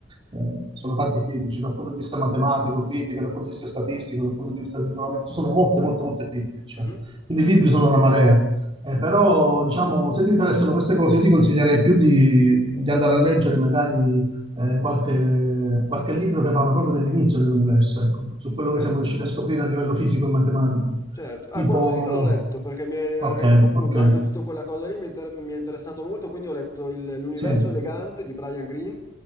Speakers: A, on the right (about 30°); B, on the left (about 20°).
A: Eh, sono tanti critici dal punto di vista matematico, critiche, dal punto di vista statistico, dal punto di vista del ritrovamento, ci sono molte, molte, molte critiche, diciamo.
B: mhm,
A: Quindi i libri sono una marea. Eh, però, diciamo, se ti interessano queste cose, io ti consiglierei più di, di andare a leggere magari eh, qualche, qualche libro che parla proprio dell'inizio dell'universo, ecco, su quello
B: Ok.
A: che siamo riusciti a scoprire a livello fisico e matematico.
B: Certo, ah,
A: Tipo,
B: qualcosina l'ho letto perché mi è,
A: ok,
B: eh, appunto
A: ok,
B: anche tutta quella cosa lì mi, è inter- mi è interessato molto, quindi ho letto il- L'universo
A: sì,
B: elegante di Brian Greene,